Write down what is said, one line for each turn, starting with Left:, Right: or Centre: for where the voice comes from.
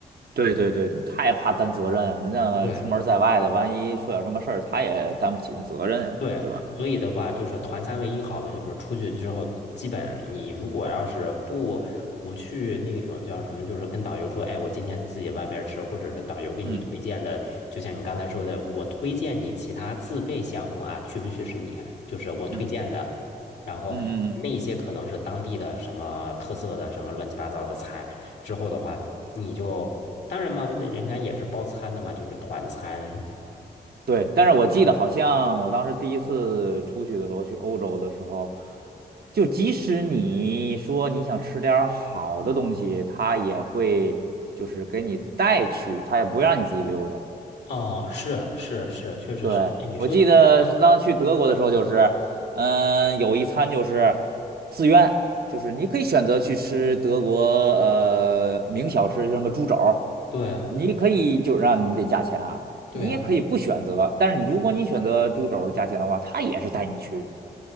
Right: 对对对对，他也怕担责任啊！你那出门在外的，
Left: 对，
Right: 万一出点什么事儿，他也担不起那责任呀、
Left: 对，
Right: 对吧？
Left: 所以的话，就是团餐唯一好的就是出去之后，基本你如果要是不不去那种叫什么，就是跟导游说，哎，我今天自己外边吃，或者是导游给你推荐的，
Right: 嗯
Left: 就像你刚才说的，我推荐你其他自费项目啊，去不去是你，就是我推荐的，
Right: 嗯
Left: 然后那些可能是当地的什么特色的什么乱七八糟的菜，
Right: 嗯嗯嗯，
Left: 之后的话，你就当然嘛，那人家也是包餐的嘛，就是团餐。
Right: 对。但是我记得好像我当时第一次出去的时候，去欧洲的时候，就即使你说你想吃点儿好的东西，他也会就是给你带去，他也不让你自己溜达。
Left: 啊，是是是，确实是。
Right: 对，
Left: 哎你说起这，
Right: 我记得是当时去德国的时候，就是，嗯、有一餐就是自愿，就是你可以选择去吃德国呃名小吃，就什么猪肘儿，
Left: 对
Right: 你可以就让你得加钱啊，
Left: 对啊
Right: 你也可以不选择，但是如果你选择猪肘儿加钱的话，他也是带你去，